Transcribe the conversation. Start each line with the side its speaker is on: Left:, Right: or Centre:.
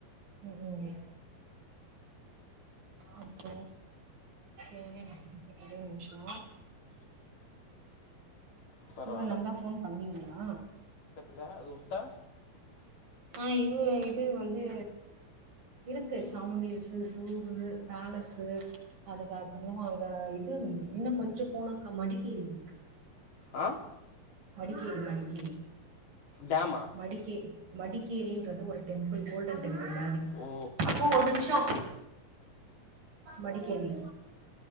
Right: ம் ம் அப்போ ஏ ஏ ஏ ஒரே நிம்சோ
Left: பரவாயில்ல
Right: இவுரு நந்தா ஃபோன் பண்ணீங்ளா
Left: லே அது உட்டா
Right: ஆ இவ இது வந்து இருக்கு சாமுண்டியஸ்ஸு ஜூவு பேலசு அதுக்கப்புறோ அங்க இது இன்னு கொஞ்சோ போனாக்கா மடிகேரி இருக்கு
Left: ஆ
Right: மடிக்கேரி மடிக்கேரி
Left: டேமா
Right: மடிக்கே மடிக்கேரின்றது ஒரு டெம்பிள் கோல்டன் டெம்பிள் மாரி
Left: ஓ
Right: அப்பு ஒரு நிம்ஷோ மடிக்கேரி